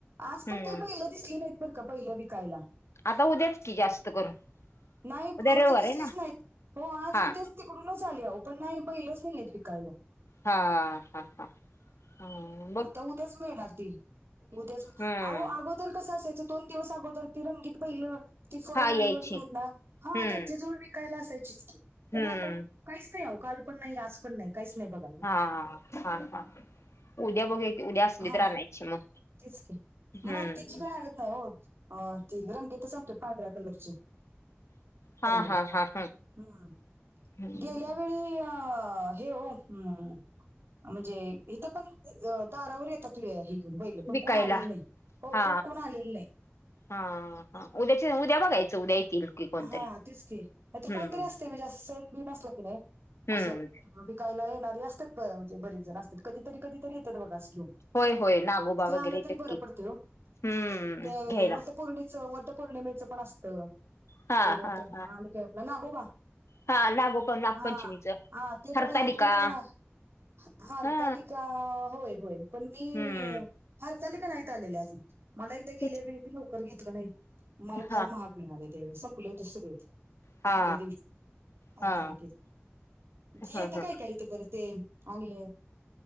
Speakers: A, on the right; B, on the left.
A: आज
B: हम्म
A: पण काय बैलं दिसली नाय, बरं का, बैल विकायला
B: आता उद्याच की जास्त करून
A: नाही
B: उद्या
A: मजी,
B: रविवार
A: दिसलीच
B: आहे ना
A: नाहीत, हो आज,
B: हा
A: मी तेच तिकडूनच आली आहो, पण नाही, बैलच नाहीयेत विकायला.
B: हा.. हा.. हा.. हा
A: आता उद्याच मिळणार ती, उद्याच अहो
B: हम्म
A: अगो तर कसं असायचं दोन दिवस अगोदर ती रंगीत बैल ती फळवाली
B: हा यायची
A: वगैरे आहेत ना हा..
B: हम्म
A: त्यांची जोडी विकायलाच असायची की, पण
B: हम्म
A: आता काहीच नाही ओ.. काल पण नाही आज पण नाही काहीच नाही बघा.
B: हा.. हा.. हा.. हा उद्या बघू एक उद्या असली
A: हा
B: तर आनायची मग,
A: तेच की
B: हम्म..
A: मातीची काय हरत हो.. त रंगीेत अ.. ते रंगीतच आणते पांढऱ्या कलरचे
B: हा
A: पहिला...
B: हा हा हा
A: हम्..
B: हम्म
A: गेल्या लिया.. हे, हो.. ह्.. म्हणजे इथ पण दारावर येतात हे घेऊन बैल,
B: विकायला
A: कोण आलेलं नाही हो
B: हा
A: कोण - कोण आलेलं नाही.
B: हा.. हा.. उद्याच्या उद्या बघायचं उद्या येतील. की कोणतरी
A: हा, तेच की नाही
B: हम्म
A: कोणतरी असते म्हणजे असं सण बीन असलं की नाही,
B: हम्म
A: असं कायला येणारी असतातं म्हणजे बरेच जण असतात कधीरी कधतरी येतात बघा अस
B: होय होय नागोबा
A: ते
B: वगैरे
A: आलं
B: येतात
A: तरी बर
B: की
A: पडत ओ..
B: हम्म
A: ते
B: घ्यायला
A: वटपौर्णिच वट वटपौर्णिमेचं पण असत,
B: हा
A: परत
B: हा
A: आणि
B: हा
A: काय आपलं नागोबा
B: हा नागोबा नागपंचमीच
A: हा.. ते..
B: हरतालिका
A: पण, ते.. पण आहे. हरतालिका
B: हा
A: होय.. होय.. पण मी
B: हम्म
A: हरतालिका नाहीत टाळलेले अजून मला एकदा गेले
B: तेच
A: वेळी बी लवकर घेतलं नाही मला
B: हा
A: फार महाग मिळाल त्यावेळी संपलं होतं सगळंच.
B: हा
A: त्या दिवशी हरतालिकेचं
B: हा ह
A: येत
B: ह
A: काय काही इथे बरं ते आणि...